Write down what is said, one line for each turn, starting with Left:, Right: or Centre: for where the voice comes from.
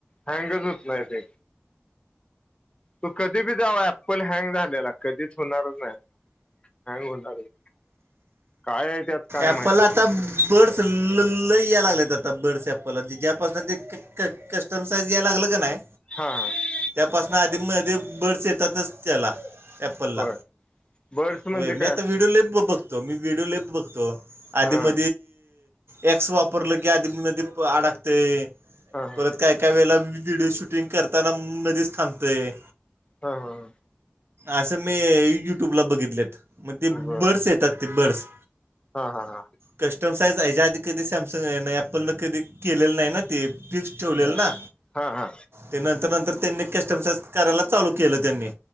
Left: हँगच होत नाहीय ते तू कधी बी जाव अऍप्पल हँग झालेला कधीच होणारच नाही त हँग होणारच नाही काय
Right: एपल
Left: माहित
Right: आता बर्डस ल ल या लागलेत आता बर्डस्ला जि ज्यापासून ते क कस्टम साईज यायला लागलं का नाही
Left: हा हा
Right: त्यापासून आधी म आध बडस येतातच त्याला एप्पल ला
Left: होय बर्ड्स म्हणजे
Right: होय मी
Left: काय
Right: आता
Left: असते
Right: व्हिडिओ लि बघतो मी व्हिडिओ ललेप बघतो आधी
Left: हा
Right: म एक्स वापरलं की आधी नदी प अडकते
Left: हा हा
Right: परत काय काय वेळे व्हिडिओ शूटिंग करताना मध्येच थांबतय
Left: हा हा हा
Right: असं मी युट्यूबला बघितलेत मग ते
Left: बर
Right: बर्ड्स येतात ते बर्ड्स
Left: हा हा हा
Right: कस्टम साईज याच्या आधी कधी सॅमसंग आहे अपल न कधी केलेलं नाही ना ते फिक्स ठेवलेल
Left: बर
Right: ना
Left: हा हा
Right: ते नंतर नंतर त्यांनी कस्टमसाइज करायला चालू केलं त्यांनी